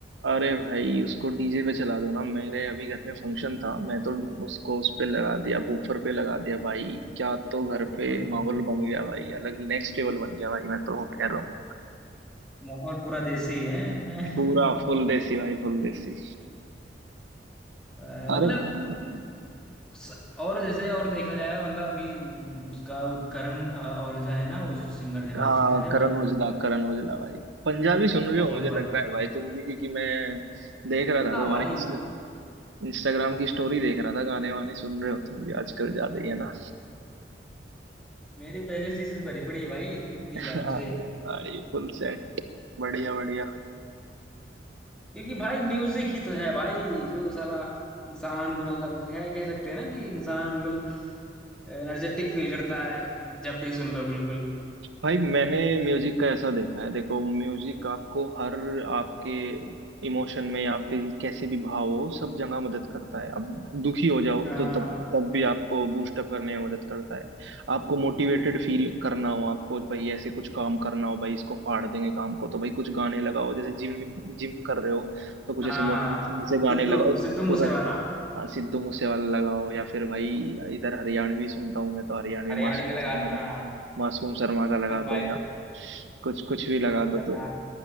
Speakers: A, on the right; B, in the centre.
A: अरे भाई उसको डीजे पे चला दो ना मेरे अभी घर में फंक्शन था मैं तो उसको उस पे लगा दिया बूफर पे लगा दिया भाई क्या तो घर पे
B: हाँ,
A: माहौल बन गया भाई अलग नेक्स्ट लेवल बन गया भाई मैं तो कह रहा हूँ
B: माहौल पूरा देसी है <laughs>
A: पूरा फुल देसी भाई फुल देसी
B: मतलब
A: अरे हम्म,
B: स- और जैसे और देखा जाए मतलब अभी हम्म, उसका करण अ, औलजा है ना वो जो सिंगर थे भाई
A: हाँ
B: सिंगर है
A: करण
B: फेवरेट
A: औजला करण औजला भाई पंजाबी सुन रहे
B: बहुत
A: हो मुझे
B: भाई
A: लग रहा है भाई तुम भी क्योंकि मैं देख रहा था
B: ना
A: तुम्हारी
B: भाई
A: इंस्टा, इंस्टाग्राम की स्टोरी देख रहा था गाने वाने सुन रहे हो तुम भी आजकल ज्यादा ही है ना
B: मेरी पहले इसी से भरी पड़ी है भाई
A: <laughs>
B: इन्हीं गानों
A: अरे
B: से
A: भाई फुल सेट बढ़िया बढ़िया
B: क्योंकि भाई म्यूजिक ही तो है भाई जो साला इंसान को मतलब है कह सकते हैं ना कि इंसान बिल्कुल एनर्जेटिक फील करता है कि जब भी सुन लो बिल्कुल
A: भाई मैंने म्यूजिक का ऐसा देखा है देखो म्यूजिक आपको हर आपके इमोशन में आपके कैसे भी भाव हो सब जगह मदद करता है अब दुखी हो जाओ
B: हाँ
A: तो तब तब भी आपको बूस्ट अप करने में मदद करता है आपको मोटिवेटेड फील करना हो आपको भाई ऐसे कुछ काम करना हो भाई इसको फाड़ देंगे काम को तो भाई कुछ गाने लगाओ जैसे जिम जिम कर रहे हो तो कुछ
B: हाँ
A: ऐसे मोटिवेशनल से गाने
B: सिद्धू
A: लगाओ
B: सिद्धू मूसे
A: तो
B: वाला
A: हाँ सिद्धू मूसे वाला लगाओ या फिर भाई इधर हरियाणवी सुनता हूँ मैं तो हरियाणवी
B: हरियाणवी
A: मासूम
B: लगा
A: शर्मा
B: लो हाँ
A: लगा मासूम शर्मा का
B: Full
A: लगा
B: vibe
A: दो या कुछ कुछ भी लगा
B: फुल खतरनाक
A: दो तो